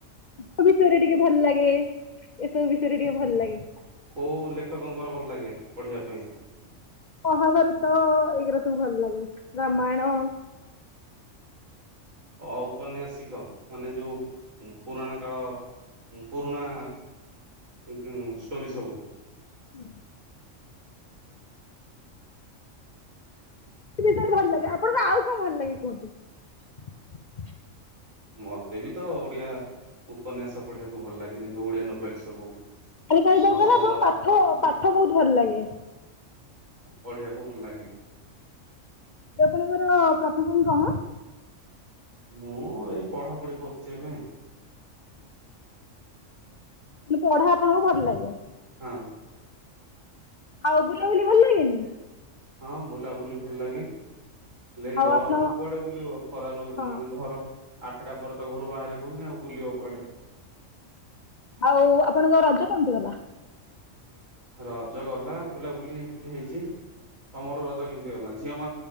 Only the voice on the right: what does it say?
କୋଉ ଲେଖକଙ୍କର ଭଲ ଲାଗେ ପଢିବା ପାଇଁ?
ଔପନ୍ୟାସିକ ମାନେ ଯୋଉ ପୁରୁଣା କାଳ ଉଁ ପୁରୁଣା ଗୁଁ ଷ୍ଟୋରି ସବୁ।
ମତେ ବି ତ ଓଡିଆ ଉପନ୍ୟାସ ପଢିବାକୁ ଭଲ ଲାଗେ କିନ୍ତୁ ଓଡିଆ ନୋବେଲ ସବୁ
ଭଲ
ଭଲ
ପଢ଼ିବାକୁ ଭଲ ଲାଗେ।
ମୁଁ ଏଇ ପଢାପଢି କରୁଛି ଏବେ।
ହଁ।
ହଁ ବୁଲାବୁଲି ଭଲ ଲାଗେ। ହେ
ଗରମରେ
କୁଆଡେ ବୁଲିବ ଖରାରୁୁ
ମାନେ ଘର ଆଠଟା ପରେ ତ ଘରୁ ବାହାରି ହଉନି ଆଉ ବୁଲିବ କୁଆଡେ।
ରଜ ଗଲା ବୁଲାବୁଲି ଟିକେ ହେଇଛି। ତମର ରଜ କେମତି ଗଲା ଝିଅ ମା